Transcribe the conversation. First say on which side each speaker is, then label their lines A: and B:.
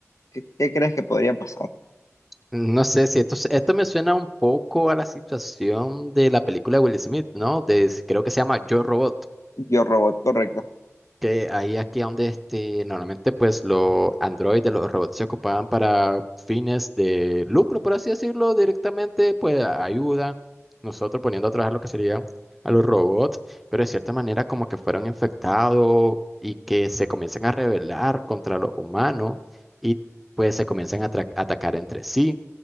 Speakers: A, on the left; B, in the centre.
A: ¿Qué, qué crees que podría pasar?
B: No sé si esto, se- esto me suena un poco a la situación de la película de Will Smith, ¿no? De, creo que se llama Yo Robot,
A: Yo, robot, correcto.
B: que ahí aquí donde este, normalmente pues los androides, los robots se ocupaban para fines de lucro, por así decirlo, directamente, pues a- ayuda, nosotros poniendo a trabajar lo que sería a los robots, pero de cierta manera como que fueron infectados y que se comienzan a rebelar contra los humanos y pues se comienzan a atra- atacar entre sí.